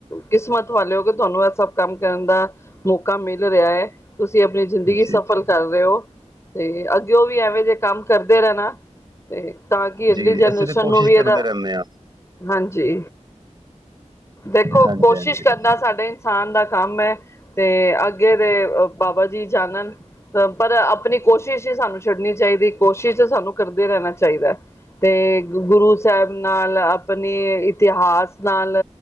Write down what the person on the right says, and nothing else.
ਜੀ
ਜੀ
ਜੀ
ਅਸੀਂ ਤਾਂ ਕੋਸ਼ਿਸ਼
ਕਰਦੇ ਰਹਿੰਦੇ ਹਾਂ
ਹਾਂਜੀ
ਹਾਂਜੀ